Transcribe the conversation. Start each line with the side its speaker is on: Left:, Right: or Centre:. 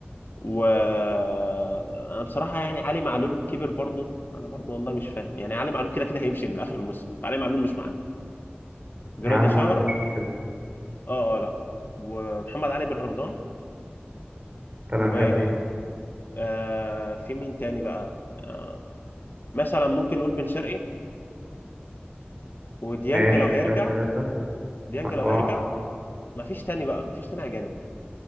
Left: وانا بصراحه يعني علي معلول كبر برضه انا برضه والله مش فاهم يعني علي معلول كده كده هيمشي لاخر الموسم علي معلول مش معانا
Right: يعني
Left: جراديشار
Right: على ما مش بيتحسب
Left: اه اه لا ومحمد علي بن رمضان
Right: تمام
Left: و
Right: كده اتنين
Left: آه في مين تاني بقى آه مثلا ممكن نقول بن شرقي وديانج
Right: ماشي
Left: لو هيرجع
Right: كده تلاته
Left: ديانج
Right: اربعه
Left: لو هيرجع مفيش تاني بقى مفيش تاني اجانب